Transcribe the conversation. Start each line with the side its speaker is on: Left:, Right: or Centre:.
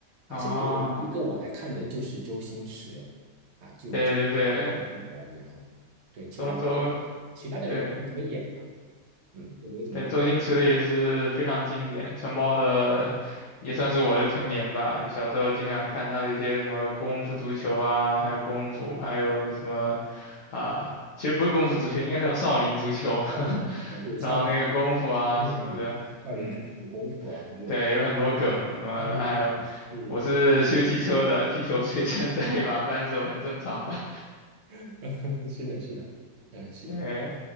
Right: 啊，
Left: 啊，
Right: 现在唯一一个我还看的就是周星驰，啊，就就周
Left: 对对对，
Right: 星驰而已啊。对，其他的电影，
Left: 周周。
Right: 其他的人都没怎么演了，
Left: 对，
Right: 嗯，都没有怎么演。
Left: 对，周星驰的也是非常经典，承包了也算是我的童年吧。小时候经常看他的一些什么功夫足球啊，还有功夫，还有那什么啊，其实不是功夫足球，应该叫少林足球。
Right: 少林足球，
Left: <laughs>
Right: 对，少林。
Left: 然后那个功夫啊什么的，
Right: 功夫，少林足球的功夫啊，
Left: 嗯，
Right: 没有
Left: 对，有很多梗，什么哎，
Right: 还有是，
Left: 我是修汽车的，踢球随身带一把扳手，很正常吧？
Right: <laughs> 是的，是的，嗯，是的，
Left: 对。